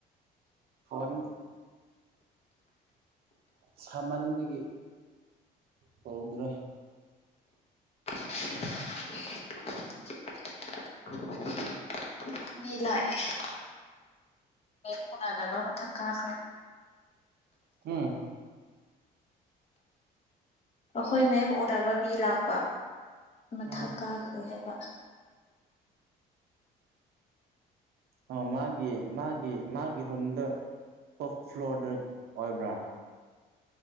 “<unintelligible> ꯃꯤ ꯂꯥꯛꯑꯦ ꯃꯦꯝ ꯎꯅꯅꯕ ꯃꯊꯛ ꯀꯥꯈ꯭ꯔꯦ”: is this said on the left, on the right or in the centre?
Left